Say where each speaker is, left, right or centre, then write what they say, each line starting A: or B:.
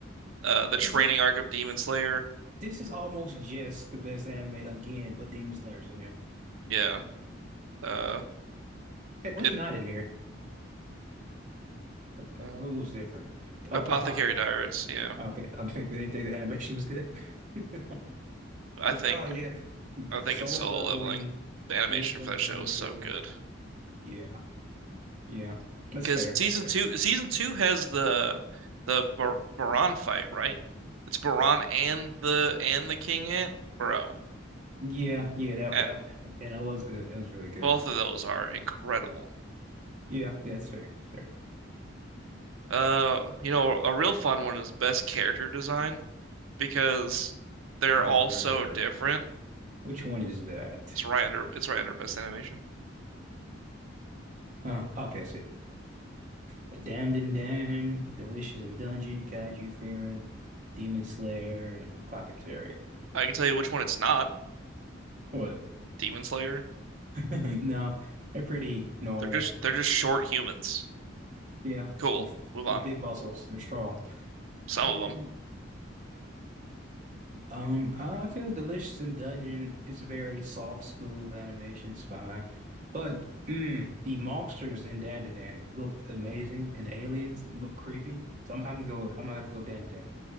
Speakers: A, on the right; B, on the right.
A: uh, the training
B: Is it?
A: arc of Demon Slayer.
B: This is almost just the best anime again, but Demon Slayer's in here. <laughs>
A: Yeah. Uh,
B: Hey, what's
A: it,
B: not in here? What,
A: uh,
B: what was different?
A: Apothecary
B: Oh, a
A: Diaries. Yeah.
B: Okay, <laughs> I think they didn't think the animation was good. <laughs>
A: I
B: But
A: think
B: oh yeah,
A: I think
B: solo
A: it's solo
B: leveling
A: leveling. The animation
B: did look
A: for that
B: really
A: show is
B: good.
A: so good.
B: Yeah, yeah, that's
A: Because
B: fair.
A: season
B: That's fair.
A: two, season two has the the Bar Baran fight, right? It's Baran and the and the King Ant, bro.
B: Yeah, yeah, that
A: eh,
B: well, yeah, that was good. That was really good.
A: both of those are incredible.
B: Yeah, yeah, that's fair. Fair.
A: Uh, you know, a real fun one is best character design because they're
B: Okay,
A: all
B: where?
A: so different.
B: Which one is that?
A: It's right under it's right under best animation.
B: Oh, okay, I see it. But Dandan Dan, Delicious in Dungeon, Kaiju Fearing, Demon Slayer, and Apothecary.
A: I can tell you which one it's not.
B: What?
A: Demon Slayer.
B: <laughs> No, they're pretty normal.
A: They're just they're just short humans.
B: Yeah,
A: Cool.
B: with,
A: Move
B: with
A: on.
B: big muscles, they're strong.
A: Some
B: Um,
A: of them.
B: um, I feel Delicious in Dungeon is very soft, smooth animation. It's fine, but mm, the monsters in Dandan Dan looked amazing, and the aliens look creepy. So I'm, I'm go, I'm gonna have to go Dandan Dan.